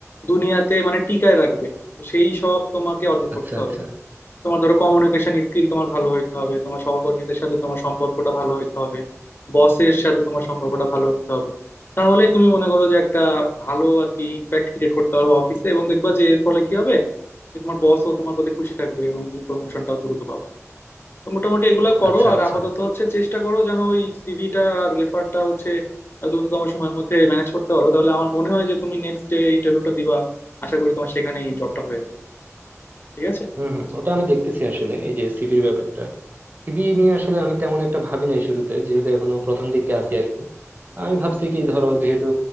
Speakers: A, on the left; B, on the right.
A: দুনিয়াতে মানে টিকায় রাখবে তো সেই সব তোমাকে অর্জন
B: আচ্ছা
A: করতে
B: আচ্ছা
A: হবে তোমার ধরো কমিউনিকেশন স্কিল তোমার ভালো হইতে হবে তোমার সহকর্মীদের সাথে তোমার সম্পর্কটা ভালো হইতে হবে বসের সাথে তোমার সম্পর্কটা ভালো হইতে হবে তাহলেই তুমি মনে করো যে একটা ভালো আর কি ইম্প্যাক্ট ক্রিয়েট করতে পারো অফিসে এবং দেখবা যে এর ফলে কি হবে যে তোমার বসও তোমার প্রতি খুশি থাকবে এবং তুমি প্রমোশনটাও দ্রুত পাবা তো মোটামুটি এগুলা করো
B: আচ্ছা
A: আর
B: আচ্ছা
A: আপাতত হচ্ছে চেষ্টা করো যেন ওই সিভিটা আর রেফারটা হচ্ছে দ্রুততম সময়ের মধ্যে ম্যানেজ করতে পারো তাহলে আমার মনে হয় যে তুমি নেক্সট যে ইন্টারভিউটা দিবা আশা করি তোমার সেখানেই জবটা হয়ে যাবে ঠিক আছে
B: হম হম ওটা আমি দেখতেছি আসলে এই যে সিভির ব্যাপারটা বিয়ে নিয়ে আসলে আমি তেমন একটা ভাবি নাই শুরুতে যেহেতু এখনো প্রথম দিকে আছি আর কি আমি ভাবছি কি ধরো যেহেতু